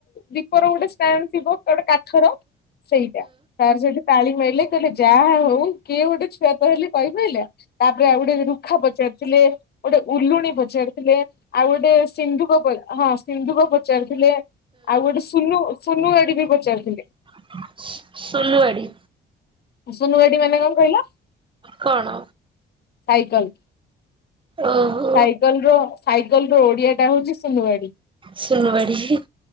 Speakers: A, on the left (about 55°); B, on the right (about 25°).
A: ଦୀପର ଗୋଟୋ ଷ୍ଟାଣ୍ଡ ଥିବ ଟେ କାଠର ସେଇଟା ସାର୍ ସେଠ ତାଳି ମାଇଲେ କହିଲେ ଯାହା ହଉ କିଏ ଗୋଟେ ଛୁଆ ତହଲେ କହି ପାଇଲା ତାପରେ ଆଉ ଗୋଟେ ଦୁ ପାଖ ପଚାରିଥିଲେ ଗୋଟେ ଉଲୁଣି ପଚାରିଥିଲେ ଆଉ ଗୋଟେ ସିନ୍ଧୁକ ହଁ ସିନ୍ଧୁକ ପଚାରିଥିଲେ ଆଉ ଗୋଟେ ସୁନୁ ସୁନୁ ଆଡି ବି ପଚାରିଥିଲେ।
B: ହ <inaudible> ସୁଲୁୱାଡି।
A: ସୁନୁ ଗାଡି ମାନେ କଣ କହିଲ ସାଇକେଲ।
B: କଣ? ଓହୋ।
A: ସାଇକେଲ ର ସାଇକେଲ ର ଓଡିଆ ଟା ହଉଛି ସୁନୁଗାଡି!
B: ସୁନୁବାଡି।